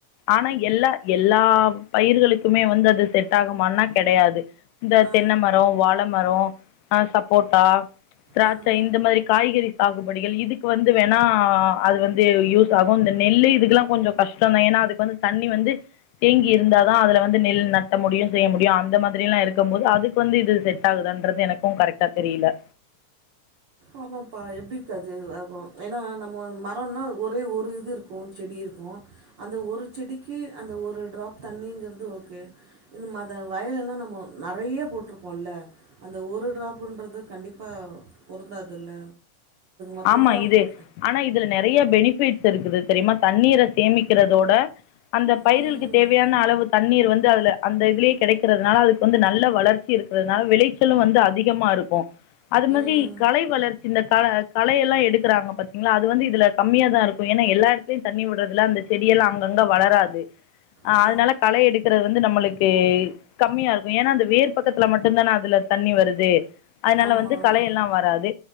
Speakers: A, on the left; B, on the right.
A: ஆனா எல்லா எல்லா பயிர்களுக்குமே வந்து அது செட் ஆகுமான்னா கெடையாது இந்த
B: ஆ
A: தென்ன மரொ வாழ மரொ ஆ சப்போட்டா திராட்ச
B: ஆ
A: இந்த மரி காய்கறி சாகுபடிகள் இதுக்கு வந்து வேணா அது வந்து யூஸாகு இந்த நெல்லு இதுக்குலா கொஞ்சோ கஷ்டம் தா ஏனா அதுக் வந்து தண்ணி வந்து தேங்கி இருந்தா தா அதுல வந்து நெல் நட்ட முடியு செய்ய முடியு அந்த மாதிரிலா இருக்கம் போது அது அதுக்கு வந்து இது செட் ஆகுதான்றது எனக்கு கரெக்டா தெரில
B: ஆமாப்பா எப்படிக் அது ஆகு ஏனா நம்ம மரொன்னா ஒரே ஒரு இது இருக்கு செடி இருக்கு அந்த ஒரு செடிக்கு அந்த ஒரு டிராப் தண்ணிங்றது ஓகே <unintelligible> அத வயலன்னா நம்மோ நறைய போட்ருப்போல்ல அந்த ஒரு டிராப்புன்றது கண்டிப்பா பொருந்தாதுல்ல மொத்தமாக
A: ஆமா இது ஆனா இதுல நறைய பெனிஃபிட் ஷூ இருக்குது தெரிமா தண்ணீர சேமிக்றதோட அந்த பயிர்களுக்கு
B: ம்
A: தேவையான அளவு தண்ணீர் வந்து அதுல அந்த இதுலே கெடைக்றதுனால அதுக்கு வந்து நல்ல வளர்ச்சி இருக்றனால விளைச்சலு வந்து அதிகமாருக்கு அது மாதிரி
B: ம்
A: கலை வளர்ச்சி இந்த கல கலை எல்லா எடுக்றாங்க பாத்தீங்ளா அது வந்து இதுல கம்மியா தாருக்கு ஏனா எல்லா எடத்துலயு தண்ணி விட்றதுல அந்த செடியெல்லா அங்கங்க வளராது
B: ஆ
A: அதனால களை எடுக்றது வந்து நம்முளுக்கு க்கு கம்மியாருக்கு ஏனா அந்த வேர் பக்கத்துல மட்டும்தான அதுல தண்ணி வருது அய்னால
B: ஆமாம்
A: வந்து கலை எல்லா வராது